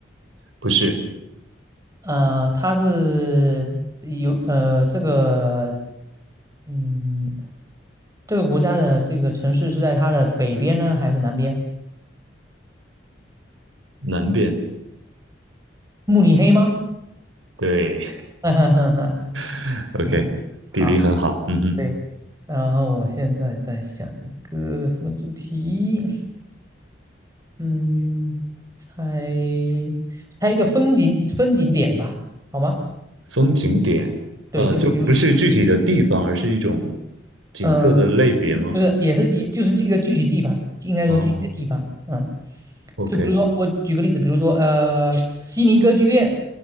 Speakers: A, on the right; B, on the right.
A: 不是
B: 呃，它是有呃这个嗯这个国家的这个城市是在它的北边呢，还是南边？
A: 南边，
B: 慕尼黑吗？
A: 对
B: <laughs>
A: <laughs>，OK，
B: 嗯，好，
A: 地理很好，嗯哼。
B: 对。然后我现在在想一个什么主题？嗯，猜猜一个风景风景点吧，好吗？
A: 风景点，
B: 对，
A: 呃，
B: 就是比如
A: 就不是具体的地方，而是一种景色的类别吗？
B: 嗯，一不是，也是也就是这个具体地方，应该说具体的地方，
A: 哦
B: 嗯，
A: ，OK，
B: 就比如说我举个例子，比如说呃，悉尼歌剧院，